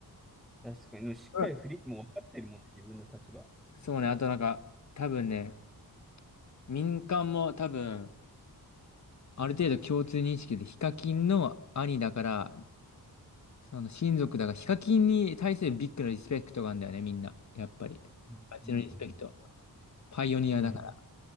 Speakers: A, in the centre; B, on the left.
A: あ、確かに、しっかり振り、
B: うんうん。
A: もう分かってるもんね、自分の立場。
B: そうね、あとなんか、多分ね、民間も多分、ある程度共通認識でヒカキンの兄だから、その親族だから、ヒカキンに対するビッグなリスペクトがあるんだよね、みんな。やっぱり。
A: うんうん
B: あっちのリスペクト。パイオニアだから。
A: うん。